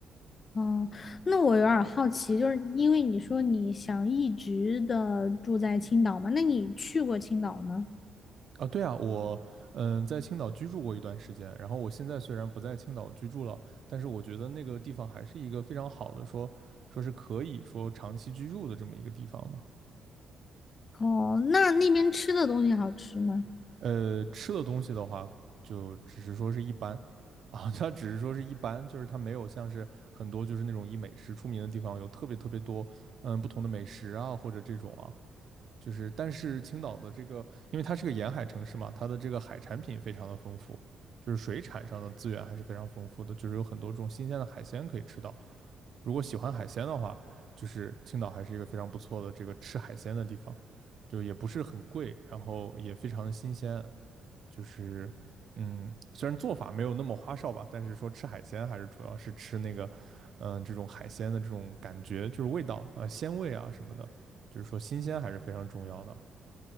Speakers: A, on the left; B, on the right.
A: 哦，那我有点儿好奇，就是因为你说你想一直的住在青岛嘛，那你去过青岛吗？
B: 啊，对啊，我嗯呃在青岛居住过一段时间，然后我现在虽然不在青岛居住了，但是我觉得那个地方还是一个非常好的说说是可以说长期居住的这么一个地方呢。
A: 哦，那那边吃的东西好吃吗？
B: 呃，吃的东西的话，就只是说是一般啊，<laughs> 它只是说是一般，就是它没有像是很多就是那种以美食出名的地方有特别特别多嗯不同的美食啊或者这种啊，就是但是青岛的这个，因为它是个沿海城市嘛，它的这个海产品非常的丰富，就是水产上的资源还是非常丰富的，就是有很多这种新鲜的海鲜可以吃到。如果喜欢海鲜的话，就是青岛还是一个非常不错的这个吃海鲜的地方，就也不是很贵，然后也非常的新鲜，就是。嗯，虽然做法没有那么花哨吧，但是说吃海鲜还是主要是吃那个，嗯、呃这种海鲜的这种感觉，就是味道啊、呃鲜味啊什么的，就是说新鲜还是非常重要的。